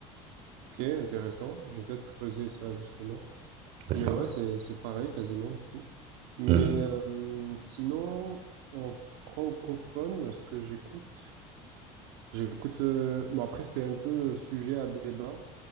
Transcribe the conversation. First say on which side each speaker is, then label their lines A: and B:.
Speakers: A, on the right; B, on the right.
A: Ok, intéressant. Je vais peut-être creuser ça justement.
B: C'est
A: Mais
B: ça.
A: ouais, c'est c'est pareil quasiment du coup. Mais
B: Hmm.
A: euh, sinon, en francophone, ce que j'écoute, j'écoute. euh, bon après, c'est un peu sujet à débat,